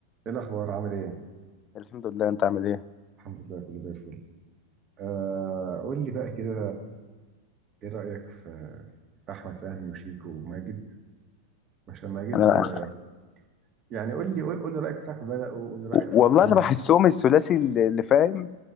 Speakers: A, on the right (about 30°); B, on the left (about 30°).
A: ايه الاخبار عامل ايه
B: الحمد لله انت عامل ايه
A: الحمد لله كله زي الفل آه قول لي بقى كده ايه رايك في في احمد فهمي وشيكو وماجد عشان ماجد
B: انا
A: آه، يعني قول لي قول قول لي رايك من ساعه ما بداوا قول لي رايك في
B: والله
A: انفصالهم
B: انا بحسهم الثلاثي اللي اللي فاهم